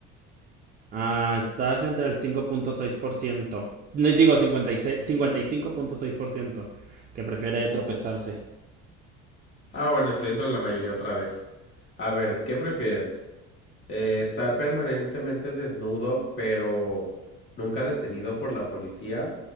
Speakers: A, on the right (about 30°); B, on the left (about 40°).
A: Ah, estás entre el 5.6%. No, Digo, 56, 55.6% que prefiere tropezarse.
B: Ah, bueno, estoy entre la mayoría otra vez. A ver, ¿qué prefieres? Eh, estar permanentemente desnudo, pero nunca detenido por la policía,